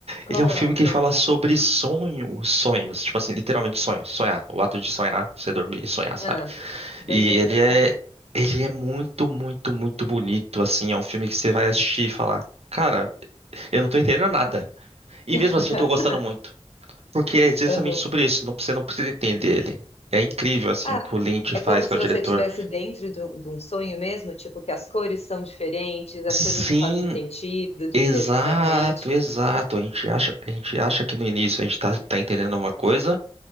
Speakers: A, on the left; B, on the right.
A: Coloco.
B: Ele é um filme que fala sobre sonhos, sonhos, tipo assim, literalmente sonhos, sonhar, o ato de sonhar, você dormir e sonhar, sabe?
A: Ah, doideira,
B: E ele é
A: fala.
B: ele é muito, muito, muito bonito, assim, é um filme que você vai assistir e falar, cara, eu não tô entendendo nada. E mesmo
A: <laughs>
B: assim eu tô gostando muito. Porque é exatamente
A: Aham.
B: sobre isso, não, você não precisa entender ele. É incrível, assim,
A: Ah,
B: o que o Lynch
A: é
B: faz,
A: como se
B: que é o
A: você
B: diretor.
A: estivesse dentro de um de um sonho mesmo, tipo que as cores são diferentes, as
B: Sim,
A: coisas não fazem sentido de-
B: exato,
A: necessariamente.
B: exato. A gente acha, a gente acha que no início a gente tá, tá entendendo uma coisa